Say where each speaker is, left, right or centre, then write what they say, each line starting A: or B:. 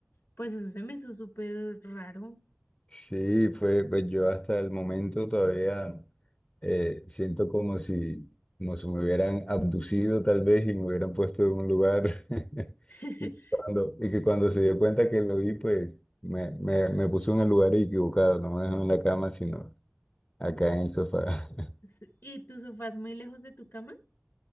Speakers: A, on the left; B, on the left.
A: Pues eso se me hizo súper raro.
B: Sí, fue, pues yo hasta el momento todavía eh, siento como si, como si me hubieran abducido tal vez y me hubieran puesto en un lugar <laughs>
A: <laughs>
B: y, cuando, y que cuando se dio cuenta que lo vi, pues me, me, me puso en el lugar equivocado, no me dejó en la cama, sino acá en el sofá. <laughs>
A: Sí, ¿Y tu sofá es muy lejos de tu cama?